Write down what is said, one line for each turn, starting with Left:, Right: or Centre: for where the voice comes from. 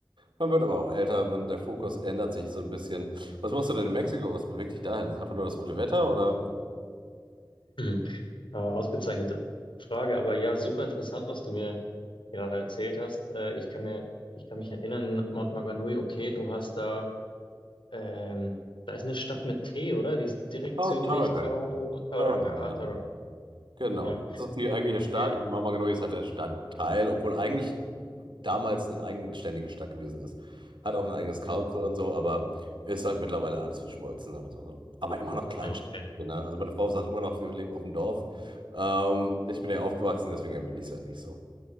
Right: Man wird aber auch älter, man, der Fokus ändert sich so ein bisschen. Was machst du denn in Mexiko? Was bewegt dich dahin? Einfach nur das gute Wetter oder?
Left: Mhm. Äh, ausgezeichnete Frage, aber ja, super interessant, was du mir gerade erzählt hast. Äh, ich kann mir, ich kann mich erinnern, Mount Maunganui, okay, du hast da, ähm, da ist eine Stadt mit T, oder? Die ist direkt
Right: Tar-
Left: südlich
Right: Tarangan.
Left: Tau, Tauranga,
Right: Tarangan, genau.
Left: ah, Tauranga.
Right: Genau.
Left: Ja,
Right: Das ist die eigentliche Stadt
Left: ja.
Right: und Mama Genui ist halt der Stadtteil, obwohl eigentlich damals eine eigenständige Stadt gewesen ist. Hat auch ein eigenes Council
Left: Mhm.
Right: und so, aber ist halt mittlerweile alles verschmolzen, sagen wir's mal so. Aber immer noch Kleinstadt.
Left: Ah, Okay.
Right: Ne? Also meine Frau sagt immer noch, wir leben auf dem Dorf. Ähm, ich bin ja aufgewachsen, deswegen empfinde ich es halt nicht so.